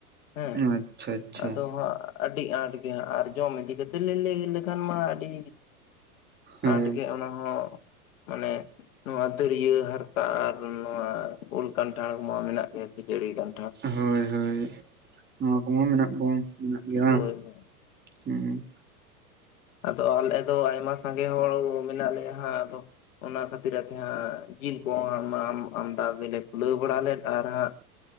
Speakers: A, on the left; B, on the right.
A: ᱦᱮᱸ
B: ᱟᱪᱪᱷᱟ ᱟᱪᱪᱷᱟ
A: ᱟᱫᱚ ᱦᱟᱜ ᱟᱹᱰᱤ ᱟᱸᱴ ᱜᱮ ᱦᱟᱸᱜ ᱟᱨ ᱡᱚᱢ ᱤᱫᱤ ᱠᱟᱛᱮ ᱞᱤᱧ ᱞᱟᱹᱭ ᱞᱮᱠᱷᱟᱱ ᱢᱟ ᱟᱹᱰᱤ
B: ᱦᱳᱭ
A: ᱟᱸᱴ ᱜᱮ ᱚᱱᱟ ᱦᱚᱸ ᱢᱟᱱᱮ ᱱᱚᱣᱟ ᱫᱟᱹᱨᱭᱟᱹ ᱦᱟᱨᱛᱟ ᱟᱨ ᱱᱚᱣᱟ ᱩᱞ ᱠᱟᱱᱴᱷᱟᱲ ᱢᱟ ᱢᱮᱱᱟᱜ ᱜᱮᱭᱟ ᱠᱷᱤᱡᱟᱹᱲᱤ ᱠᱟᱱ
B: ᱦᱳᱭ ᱦᱳᱭ ᱱᱚᱣᱟ ᱠᱚᱢᱟ ᱢᱮᱱᱟᱜ ᱵᱚᱱ ᱢᱮᱱᱟᱜ ᱜᱮᱭᱟ ᱵᱟᱝ
A: ᱦᱳᱭ ᱦᱳᱭ᱾
B: ᱦᱩᱸ
A: ᱟᱫᱚ ᱟᱞᱮ ᱫᱚ ᱟᱭᱢᱟ ᱥᱟᱸᱜᱮ ᱦᱚᱲ ᱢᱮᱱᱟᱜ ᱞᱮᱭᱟ ᱦᱟᱸᱜ ᱟᱫᱚ ᱚᱱᱟ ᱠᱷᱟᱹᱛᱤᱨᱟᱜ ᱛᱮ ᱦᱟᱸᱜ ᱡᱤᱞ ᱠᱚ‌ ᱦᱟᱸᱜ ᱢᱟ ᱟᱢᱫᱟ ᱜᱮᱞᱮ ᱠᱩᱞᱟᱹᱣ ᱵᱟᱲᱟ ᱞᱮᱫ ᱟᱨ ᱦᱟᱸᱜ